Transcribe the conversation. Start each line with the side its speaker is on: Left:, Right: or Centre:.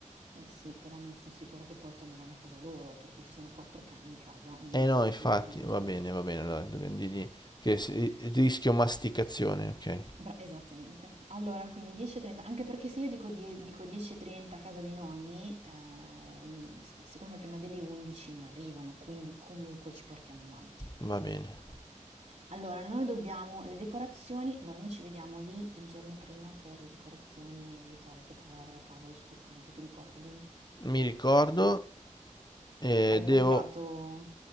Right: Eh sì, però non sono sicura che poi torneranno a casa loro, perché ci sono quattro cani in casa, non
Left: Eh
Right: so
Left: no,
Right: che
Left: infatti,
Right: fine faranno i
Left: va
Right: giochi.
Left: bene, va bene, allora dobbiamo dirgli che se- rischio masticazione, ok?
Right: Bra esattamente. Allora, quindi 10.30, anche perché se io dico, die- dico 10.30 a casa dei nonni, eh, s- secondo me prima delle 11 non arrivano, quindi comunque ci portiamo avanti.
Left: Va bene.
Right: Allora, noi dobbiamo le decorazioni, allora noi ci vediamo lì il giorno prima per le decorazioni e aiutare a preparare la tavola e tutto quanto, ti ricordi?
Left: Mi ricordo, eh,
Right: Hai
Left: devo...
Right: comprato,